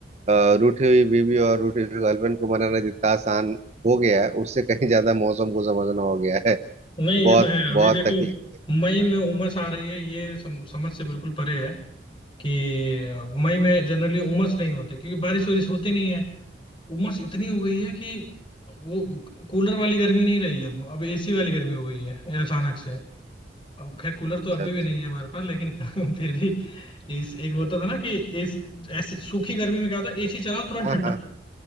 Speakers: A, on the right; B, on the left.
A: अ, रूठी हुई बीवी और रूठी हुई गर्लफ्रेंड को मनाना जितना आसान हो गया है उससे कहीं ज्यादा मौसम को समझना हो गया है
B: नहीं
A: बहुत
B: ये तो है अभी
A: बहुत
B: देखो
A: तकलीफ
B: मई में उमस आ रही है ये सम, समझ से बिल्कुल परे है कि अ, मई में जनरली उमस नहीं होती क्योंकि बारिश वारिश होती नहीं है उमस इतनी हो गई है कि वो कूलर वाली गर्मी नहीं रही है, अब अब एसी वाली गर्मी हो गई है अचानक से अब खैर कूलर तो अभी
A: अच्छा अच्छा
B: भी नहीं है हमारे पास लेकिन <laughs> फिर भी इस एक होता था ना कि एसी ऐसी सूखी गर्मी में क्या होता है एसी चलाओ तुरंत
A: हाँ
B: ठंडा
A: हाँ